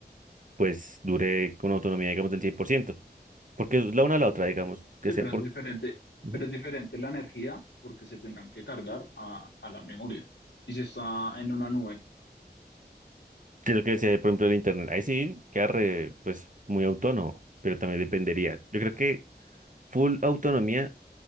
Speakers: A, on the right; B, on the left.
A: pues dure con autonomía, digamos, del 100% porque es la una a la otra, digamos, que
B: Sí,
A: sea
B: pero
A: por,
B: es diferente,
A: Ujú.
B: pero es diferente la energía porque se tendrán que cargar a, a la memoria. Y si está en una nube,
A: que lo que sea, por ejemplo, el internet, ahí sí queda re, pues muy autónomo, pero también dependería. Yo creo que full autonomía